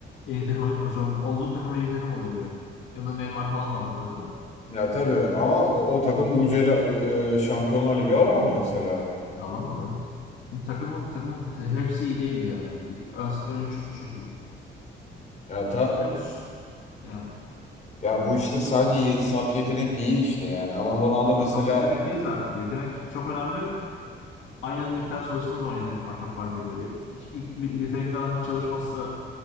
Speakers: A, on the left; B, on the left.
A: en iyi takıma gitmek zorunda. Olduğu takım en iyi takım oluyor direkt. Yanında Neymar falan da vardı tabii de.
B: ya tabii ama o, o takım UCL e, Şampiyonlar Ligi alamadı mesela
A: Ya alamadı evet. Bu takımın takımın te- hepsi iyi değildi yani. İyi- Ön, ön üçlüsü çok iyiydi.
B: ya ta,
A: Tabii yani.
B: ya bu işte sadece yet, saf yetenek değil işte yani ama Ronaldo
A: Yok
B: mesela
A: o saf yetenek değil zaten. Yetenek çok önemli. Aynı miktar çalıştığınız zaman yetenek fark çok fark ediyor. Ye- ilk bir Yetenekli adam hiç çalışmazsa